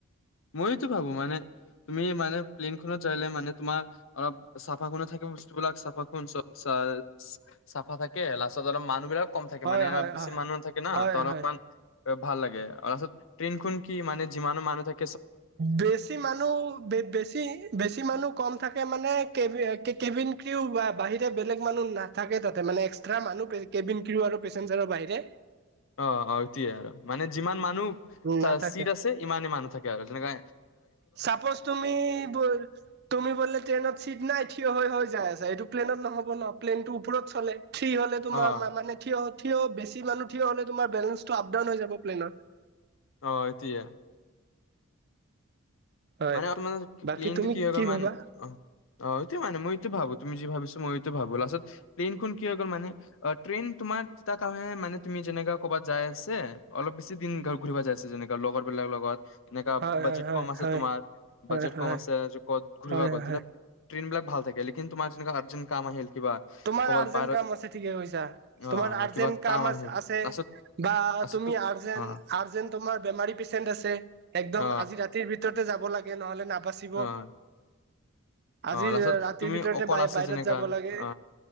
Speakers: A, on the left; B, on the right.
A: মইতো ভাবো মানে তুমি মানে প্লেইনখনত যাইলে মানে তোমাৰ অলপ চাফাকুণত থাকে বস্তুবিলাক চাফাকুণ চব চাফ আ চাফা থাকে লাষ্টত অলপ মানুহ বিলাক কম থাকে
B: হয়
A: মানে
B: হয়
A: অ বেছি
B: হয়
A: মানুহ থাকে না
B: হয়
A: ত অলপমান
B: হয়
A: ভাল লাগে আৰু, তাৰপাছত ট্ৰেইন খন কি মানে যিমানো মানুহ থাক
B: বেছি মানুহ বেছি বেছি মানুহ কম থাকে মানে কেবিন কে কেবিন ক্ৰিও বা বাহিৰে বেলেগ মানুহ নাথাকে তাতে মানে এক্সট্ৰা মানুহ কেবিন ক্ৰিও আৰু পেচেঞ্জাৰৰ বাহিৰে
A: অ অ সিটোয়ে আৰু মানে যিমান মানুহ
B: নাথাকে
A: চিট আছে ইমানেই মানুহ থাকে আৰু তেনেকা
B: চাপজ তুমি বো তুমি বোলে ট্ৰেইনত চিট নাই থিয় হৈ হৈ যাই আছ ছ এইটো প্লেনত নহ'ব ন, প্লেনতটো ওপৰত চলে, থ্ৰী হলে তোমাৰ
A: অ',
B: মানে থিয় থিয় বেছি মানুহ থিয় হলে তোমাৰ বেলেঞ্চটো আপ ডাউন হৈ যাব প্লেনত।
A: অ এতিয়া।
B: হয়
A: মানে আপোনাৰ
B: বাকী
A: প্লেনটো
B: তুমি
A: কি হল
B: ভাবা
A: মানে অ অটো মানে মইটো ভাবো তুমি যি ভাবিছ মই এইটো ভাবো, লাষ্টত প্লেন খন কি হৈ গল মানে, ট্ৰেইন তোমাৰ তাৰকাৰণে মানে তুমি জেনেকা কবাত যাই আছে অলপ বেছি দিন ঘ ঘূৰিব যাই আছে যেনেকা লগৰ বিলাক লগত এনেকা
B: হয়
A: বাজেট
B: হয় হয়
A: কম আছে
B: হয়
A: তোমাৰ বাজেট
B: হয় হয়
A: কম আছে কত ঘূৰিব
B: হয় হয়
A: গল তেতিয়া
B: হয়
A: ট্ৰেইন বিলাক ভাল থাকে লেকিন মাজ নিশা আৰ্জেণ্ট কাম আহিল কিবা
B: তোমাৰ
A: ক'ৰবাত
B: আৰ্জেন্ট
A: বাহিৰত
B: কাম আছে ঠিকে কৈছা
A: অ
B: তোমাৰ আৰ্জেন্ট
A: কিবা
B: কাম
A: আহিল
B: আ আছে
A: লাষ্টত
B: বা
A: লাষ্টত
B: তুমি
A: তুম
B: আজেন্
A: অ
B: আৰ্জেন্ তোমাৰ বেমাৰী পেচেন্ট আছে একদম
A: অ
B: আজি ৰাতিৰ ভিতৰত যাব লাগে নহলে না বাচিব
A: অ
B: আজি
A: অ লাষ্টত
B: ৰাতিৰ
A: তুমি
B: ভিতৰতে
A: অকল
B: ব
A: আছে
B: বাহিৰত
A: যেনেকা
B: যাব লাগে।
A: অ